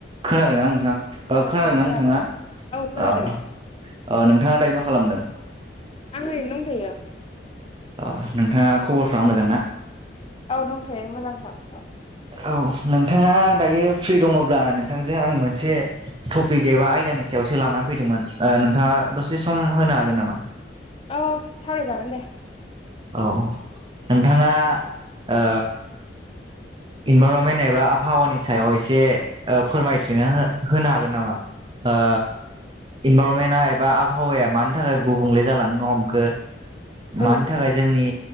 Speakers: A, on the right; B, on the left.
A: खोनादोंना नोंथां ओ
B: औ
A: खोनादोंना
B: औ खोनादों
A: नोंथाङा
B: औ खोनादों
A: ओ ओ नोंथाङा दायो मा खालामदों?
B: आं ओरैनो दंथयो।
A: ओ नोंथाङा खबरफ्रा मोजां ना?
B: औ दंथो मोजांथार।
A: औ नोंथाङा दायो फ्रि दङब्ला नोंथांजों आं मोनसे टपिक एबा आयदानि सायावसो लानानै फैदोंमोन ओ नोंथाङा दसे सम होनो हागोन नामा?
B: औ सावरायजागोन दे।
A: औ नोंथाङा ओ इनभररनमेन्ट एबा आबहावानि सायाव एसे ओ फोरमायथिनो हो होनो हागोन नामा। ओ इनभरमेन्टआ एबा आबहावाया मा यानि थाखाय गुबुंले जालांनो हमखो
B: औ
A: मानि थाखाय जोंनि